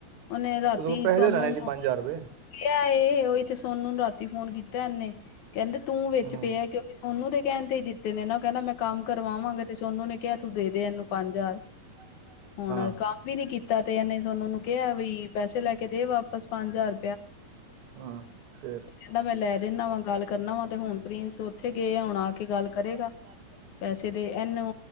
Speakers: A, on the left; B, on the right.
A: ਉਹਹਨੇ ਰਾਤੀ
B: ਉਹਦੇ ਕੋਲ ਪੈਸੇ
A: ਸੋਨੂੰ
B: ਤਾਂ ਲੈਣੇ ਸੀ
A: ਨੂੰ
B: ਪੰਜ ਹਜ਼ਾਰ ਰੁਪਏ
A: ਕਿਹਾ ਇਹ ਉਹੀ ਤੇ ਸੋਨੂੰ ਨੂੰ ਰਾਤੀ ਫੋਨ ਕੀਤਾ ਇਹਨੇ ਕਹਿੰਦੇ ਤੂੰ ਵਿੱਚ
B: ਹੂੰ।
A: ਪਿਆ ਕਿਉਂਕਿ ਸੋਨੂੰ ਤੇ ਕਹਿਣ ਤੇ ਨ ਨਾ ਕਹਿਣਾ ਮੈਂ ਕੰਮ ਕਰਵਾਵਾਂਗੇ ਤੇ ਸੋਨੂੰ ਨੇ ਕਿਹਾ ਤੂੰ ਦੇ ਦੇ ਇਹਨੂੰ ਪੰਜ ਹਜ਼ਾਰ
B: ਹਜ਼ਾਰ।
A: ਹੁਣ
B: ਹਾਂ
A: ਕੰਮ ਵੀ ਨੀ ਕੀਤਾ ਤੇ ਇਹਨੇ ਸੋਨੂੰ ਨੂੰ ਕਿਹਾ ਵੀ ਪੈਸੇ ਲੈ ਕੇ ਦੇ ਵਾਪਸ ਪੰਜ ਹਜ਼ਾਰ
B: ਹਾਂ ਫੇਰ
A: ਕਹਿੰਦਾ ਮੈਂ ਲੈ ਦਿੰਦਾ ਵਾ ਗੱਲ ਕਰਨਾ ਵਾ ਤੇ ਹੁਣ ਪ੍ਰਿੰਸ ਉੱਥੇ ਗਏ ਆ ਹੁਣ ਆ ਕੇ ਗੱਲ ਕਰੇਗਾ
B: ਹ ਕਿਹਾ ਗੱਲ
A: ਪੈਸੇ ਦੇ ਇਹਨੂੰ